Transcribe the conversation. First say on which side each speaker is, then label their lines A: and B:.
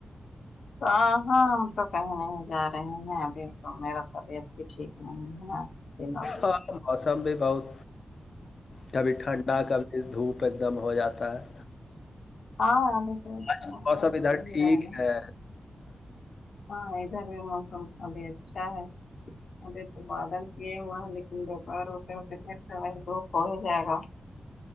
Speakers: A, on the left; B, on the left.
A: ہاں ہاں ہم تو کہنے ہی جا رہے ہیں ابھی تو میرا طبیعت بھی ٹھیک نہی ہے نہ
B: ہاں موسم بھی بہت کبھی ٹھنڈا کبھی دھوپ ایک دم ہو جاتا ہے
A: ہاں ابھی تو
B: بس
A: موسم
B: ادھر
A: چل ہی
B: ٹھیک
A: رہے نا
B: ہے
A: ہاں ادھر بھی موسم ابھی اچھا ہے ابھی تو بادل کیے ہوا ہے لیکن دوپہر ہوتے ہوتے پھر سج دکھ ہو ہی جائے گا